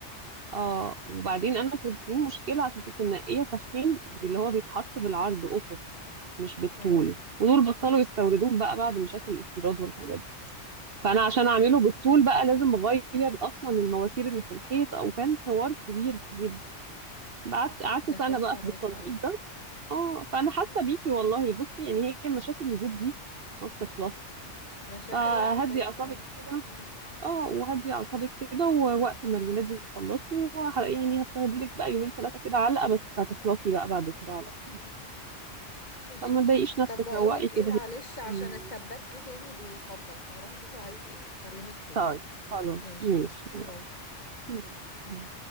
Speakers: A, on the right; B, on the left.
A: اه وبعدين انا كنت في مشكله عشان كنت منقيه سخين اللي هو بيتحط بالعرض افقي مش بالطول
B: اه
A: ودول بطلوا يستوردوه بقى بعد مشاكل الاستيراد والحاجات دي فانا عشان اعمله بالطول بقى لازم اغير اصلا المواسير اللي في الحيط او كان حوار كبير جدا قعدت قعدت
B: دي
A: سنه
B: قصة
A: بقى في
B: بايخة
A: التنقيط
B: اوي
A: ده اه فانا حاسه بيكي والله بصي يعني هي مشاكل البيت دي ما بتخلص
B: مشاكل
A: فهدي
B: لا تنتهي
A: اعصابك
B: فعلا
A: كده
B: مم.
A: اه وهدي اعصابك كده ووقت ما الولاد يخلصوا ه- يعني هتاخدي لك بقى يومين ثلاثه كده علقه بس هتخلصي بقى بعد كده على طول
B: مم. ماشي
A: فما تضايقيش نفسك
B: طب بقولك
A: روقي كده
B: ايه معلش
A: هي
B: عشان
A: أمم،
B: السباك جه تاني بيخبط فهروح اشوفه عايز ايه اكلمك تاني
A: طيب خلاص
B: ماشي
A: ماشي
B: يعني باي
A: يلا.